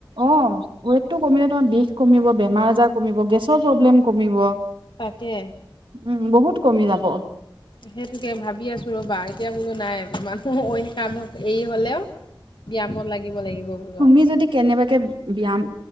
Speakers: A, on the right; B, on the left.
A: অ', ৱেইটো কমিলে তোমাৰ বিষ কমিব, বেমাৰ আজাৰ কমিব, গেছৰ প্ৰব্লেম কমিব।
B: তাকে।
A: উম বহুত কমি যাব
B: সেইটোকে ভাবি আছোঁ ৰ'বা, এতিয়া বোলো নাই মানুহ অইন কাম এৰি হ'লেও ব্যায়ামত লাগিব, লাগিব। বোলো
A: তুমি
B: আৰু
A: যদি কেনেবাকে ব্যয়াম,